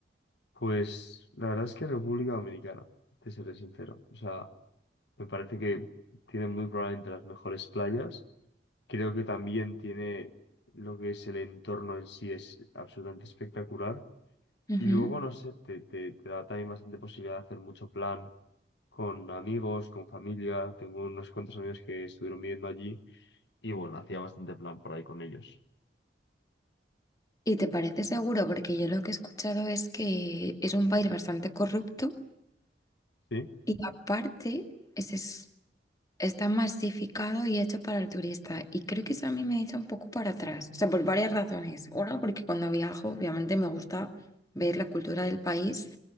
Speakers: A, on the left; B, on the left.
A: Pues la verdad es que República Dominicana, te seré sincero. O sea, me parece que tiene muy probablemente las mejores playas. Creo que también tiene lo que es el entorno en sí, es absolutamente espectacular.
B: Ujú.
A: Y luego, no sé, te, te, te da también bastante posibilidad de hacer mucho plan con amigos, con familia. Tengo unos cuantos amigos que estuvieron viviendo allí y bueno, hacía bastante plan por ahí con ellos.
B: ¿Y te parece seguro? Porque yo lo que he escuchado es que es un país bastante corrupto
A: Sí,
B: Y aparte, ese es, está masificado y hecho para el turista. Y creo que eso a mí me echa un poco para atrás. O sea, por varias razones. Una, porque cuando viajo, obviamente me gusta ver la cultura del país